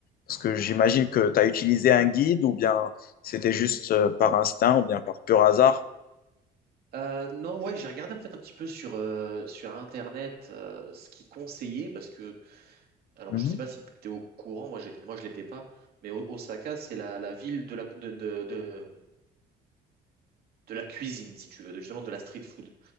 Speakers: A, on the left (about 60°); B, on the right (about 65°).
A: Parce que j'imagine que tu as utilisé un guide ou bien c'était juste euh, par instinct ou bien par pur hasard.
B: Euh, non, ouais, j'ai regardé en fait un petit peu sur, euh, sur Internet euh, ce qu'ils conseillaient parce que, alors
A: Mhm.
B: je sais pas si tu es au courant, moi, j'étais- moi je l'étais pas, mais O- Osaka c'est la, la ville de la, de, de, de, de la cuisine, si tu veux, de, justement de la street food,